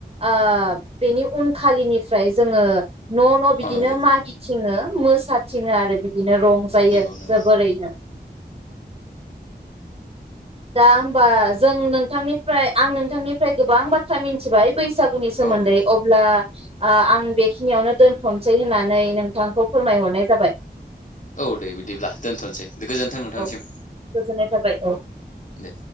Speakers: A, on the right; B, on the left.
A: आ बेनि उनखालिनिफ्राय जोङो न न बिदिनो
B: औ नंगौ
A: मागिथिङो। मोसाथिनो आरो बिदि नो रंजायो
B: नोंगौ नोंगौ।
A: जोबोरैनो दा होमबा जों नोंथांनिफ्राय आं नोंथांनिफाय गोबां बाथ्रा मिन्थिबाय। बैसागुनि सोमोन्दै
B: औ नंगौ
A: अब्ला आ आं बेखिनियावनो दोन्थसै होननानै नोंथांखौ फोरमायहरनाय जाबाय।
B: औ दे बि दिब्ला दोनथ'नसै गोजोन्थों नोंथांसिम
A: औ गोजोननाय थाबाय औ।
B: दे।